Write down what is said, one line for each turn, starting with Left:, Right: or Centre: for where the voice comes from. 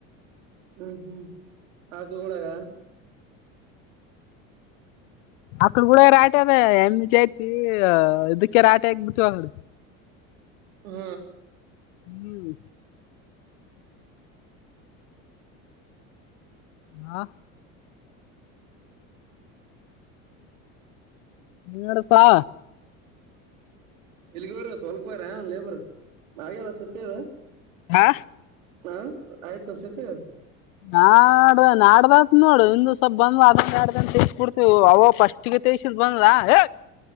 Right: ಹ್ಮ್ ಹ್ಮ್ ಹಾಕ್ಲು ಕೂಡಗ
Left: ಅಕಡ ಕೂಡ ರಾಟೆ ಅದ ಹೆಮ್ಮ ಚೈತಿ ಇದಕ್ಕೆ ರಾಟೆ ಆಗ್ ಬಿಟ್ಟವಿ ಅಡ
Right: ಹ್ಮ
Left: ಹ್ಮ್ ಹಾ ನಡಪ್ಪಾ
Right: ಇಲ್ಲಿಗೆ ಹೋಗ್ಯಾರ ಇವತ್ತು ಹೊಲಕ್ಕ ಹೋಗ್ಯಾರ ಲೇಬರ್ ಹಾಗ್ಯದ ಸದಿ ಅದ
Left: ಹಾ
Right: ಹಾ ಆಯ್ತಸತೆ
Left: ನಾಡ ನಾಡ್ದತ್ ನೋಡು ಇಂದು ಸ್ವಲ್ಪ ಬಂದ್ ಅದ ನಡ್ದಂತ ತಿಸಕೊಡ್ತಿವಿ ಅವ ಪಸ್ಟ್ ತ ಈಸ ಬಂದಲ ಹಏ